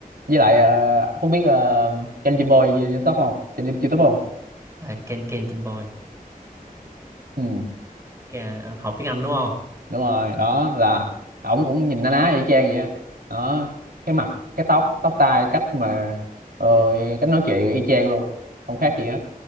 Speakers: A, on the right; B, on the right.
A: với lại ờ, Phúc biết ờ, kênh Jim Boy trên TikTok không trên YouTube không
B: à, Ken Ken Chim Boy
A: ừ
B: Ken, học tiếng Anh đúng không
A: đúng rồi đó là ổng cũng nhìn na ná y chang vậy á đó cái mặt cái tóc tóc tai cách mà ờ, cách nói chuyện y chang luôn không khác gì hết